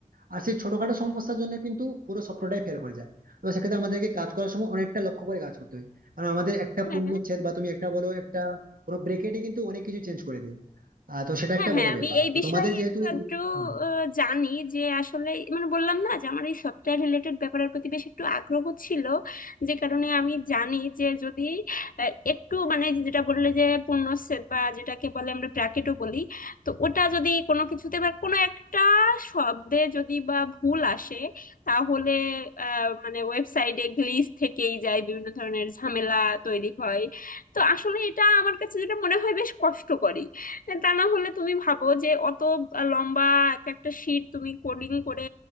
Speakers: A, on the right; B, on the left.
A: আর সেই ছোটখাটো সমস্যার জন্য কিন্তু পুরো সফটওয়্যারটাই ফেল করে যায় তো সেক্ষেত্রে আমাদেরকে কাজ করার সময় অনেকটা লক্ষ্য করে কাজ করতে হয় কারণ আমাদের একটা
B: হ্যাঁ
A: পূর্ণচ্ছেদ বা তুমি একটা বলো একটা কোনো ব্রেকেটই কিন্তু অনেক কিছু চেঞ্জ করে দেয় আহ, তো সেটা
B: হ্যাঁ
A: একটা
B: হ্যাঁ
A: বড়
B: আমি
A: ব্যাপার
B: এই
A: তো
B: বিষয়ে
A: তোমাদের যেহেতু
B: একটু আধটু
A: হুম।
B: আহ, জানি যে আসলে মানে বললাম না যে আমার এই সফটওয়্যার রিলেটেড ব্যাপারের প্রতি বেশ একটু আগ্রহ ছিল যে কারণে আমি জানি যে যদি আহ, একটু মানে যেটা বললে যে পূর্ণচ্ছেদ বা যেটাকে বলে আমরা ব্র্যাকেটও বলি তো ওটা যদি কোনো কিছুতে বা কোনো একটা শব্দে যদি বা ভুল আসে তাহলে আহ, মানে ওয়েবসাইটে গ্লিচ থেকেই যায় বিভিন্ন ধরনের ঝামেলা তৈরি হয় তো আসলে এটা আমার কাছে যেটা মনে হয় বেশ কষ্টকরই তা না হলে তুমি ভাবো যে অত লম্বা এক একটা শিট তুমি কোডিং করে